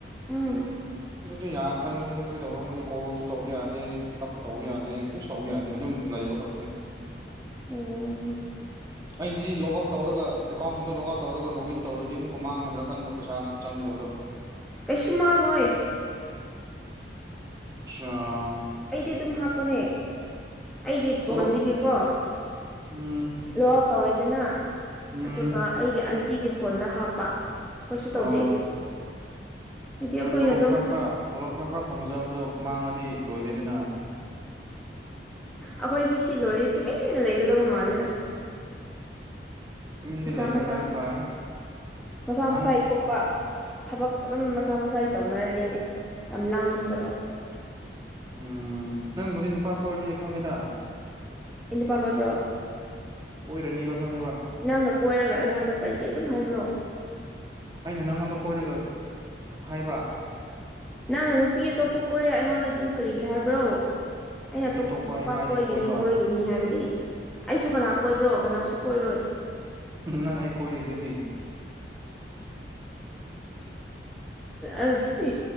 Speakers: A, in the centre; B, on the right.
A: ꯎꯝ
B: ꯃꯣ ꯌꯥꯗ ꯑꯩꯉꯣꯟꯗ ꯀꯔꯤ ꯇꯧꯕꯣ ꯈꯪꯗꯦ ꯀꯣꯜꯁꯨ ꯇꯧꯕ ꯌꯥꯗꯦ ꯄꯤꯛ ꯎꯞꯁꯨ ꯇꯧꯕ ꯌꯥꯗꯦ ꯀꯔꯤꯁꯨ ꯇꯧꯕ ꯌꯥꯗꯦ ꯑꯗꯨꯝ ꯂꯩꯕ ꯈꯛꯇꯅꯤ꯫
A: ꯑꯣꯝ
B: ꯑꯩꯅꯗꯤ ꯂꯣꯛ ꯑꯥꯎꯠ ꯇꯧꯔꯒ ꯑꯦꯀꯥꯎꯟꯁꯤꯡꯗꯣ ꯂꯣꯛ ꯑꯥꯎꯠ ꯇꯧꯔꯒ ꯂꯣꯛꯒꯏꯟ ꯇꯧꯔꯗꯤ ꯑꯃꯨꯛꯀ ꯃꯥꯡꯒꯗ꯭ꯔꯥ ꯈꯟꯕ꯭ꯔ ꯄꯩꯁꯥ ꯆꯪꯗꯕꯗꯣ
A: ꯀꯩꯁꯨ ꯃꯪꯂꯣꯏ
B: ꯑꯆꯥꯥ
A: ꯑꯩꯗꯤ ꯑꯗꯨꯝ ꯍꯥꯞꯄꯅꯦ ꯑꯩꯒꯤ ꯐꯣꯟꯗꯒꯤꯀꯣ
B: ꯇꯣꯂꯣꯞ ꯎꯝ
A: ꯂꯣꯛꯐ ꯇꯧꯔꯦꯗꯅ
B: ꯎꯝ
A: ꯑꯗꯨꯒ ꯑꯩꯒꯤ ꯑꯟꯇꯤꯒꯤ ꯐꯣꯟꯗ ꯍꯥꯞꯄ ꯀꯩꯁꯨ ꯇꯧꯗꯦ
B: ꯑꯥ
A: ꯍꯥꯏꯗꯤ ꯑꯩꯈꯣꯏꯅ
B: ꯇꯣꯂꯣꯞ
A: ꯑꯗꯨꯝ
B: ꯈꯔ ꯈꯔ ꯇꯣꯂꯣꯞ ꯈꯔ ꯈꯔ ꯐꯪꯖꯕꯗꯨꯣ ꯃꯥꯡꯉꯗꯤ ꯂꯣꯏꯔꯦꯗꯅ
A: ꯎ ꯑꯩꯈꯣꯏꯁꯦ ꯁꯤ ꯂꯣꯏꯔꯤꯁꯦ ꯇꯨꯃꯤꯟꯅ ꯂꯩꯒꯗꯕ ꯃꯥꯜꯂꯦꯗ <inaudible> <inaudible>
B: ꯇꯨꯃꯤꯟꯗꯤ
A: ꯃꯁꯥ
B: ꯂꯩꯔꯣꯏ
A: ꯃꯁꯥ
B: ꯂꯥꯏꯔꯤꯛ ꯄꯥꯔꯅꯤ
A: ꯃꯁꯥ
B: ꯅꯍꯥꯟ
A: ꯃꯁꯥ ꯏ ꯊꯣꯛꯣꯛꯄ ꯊꯕꯛ ꯑꯗꯨꯝ ꯃꯁꯥ ꯃꯁꯥꯒꯤ ꯇꯧꯅꯔꯅꯤꯅꯦ ꯌꯥꯝ ꯂꯥꯡꯉꯝꯕꯗꯣ
B: ꯎꯝ ꯅꯪꯕꯨꯗꯤ ꯅꯨꯄꯥ ꯀꯣꯏꯔꯅꯤꯗꯣ ꯈꯪꯉꯤꯗ
A: ꯑꯩ ꯅꯨꯄꯥ ꯀꯣꯏꯕ꯭ꯔꯣ
B: ꯀꯣꯏꯔꯅꯤꯕ ꯈꯪꯉꯦꯕ
A: ꯅꯪꯅ ꯀꯣꯏꯔꯒ ꯑꯩꯉꯣꯟꯗ ꯀꯔꯤꯒꯤ ꯑꯗꯨꯝ ꯍꯥꯏꯕ꯭ꯔꯣ
B: ꯑꯩꯅ ꯅꯪꯉꯣꯟꯗ ꯀꯣꯏꯔꯒ ꯍꯥꯏꯕ
A: ꯅꯪꯅ ꯅꯨꯄꯤ ꯑꯇꯣꯞꯄ ꯀꯣꯏꯔꯦ ꯑꯩꯉꯣꯟꯗ ꯑꯗꯨꯝ ꯀꯔꯤꯒꯤ ꯍꯥꯏꯕ꯭ꯔꯣ ꯑꯩꯅ
B: ꯅꯨꯄꯤ
A: ꯑꯥꯇꯣꯞꯄ
B: ꯑꯇꯣꯞꯄ
A: ꯅꯨꯄꯥ
B: ꯑꯩ ꯀꯥꯏꯗꯒꯤ
A: ꯀꯣꯏꯒꯅꯤ
B: ꯀꯣꯏꯕ
A: ꯀꯣꯏꯒꯅꯤ ꯍꯥꯏꯕꯗꯤ ꯑꯩꯁꯨ ꯀꯅꯥ ꯀꯣꯏꯕ꯭ꯔꯣ ꯀꯅꯥꯁꯨ ꯀꯣꯏꯔꯣꯏ <inaudible>
B: ꯅꯪ ꯑꯩ ꯀꯣꯏꯔꯤꯗꯨꯗꯤ
A: ꯑꯗꯨꯁꯤ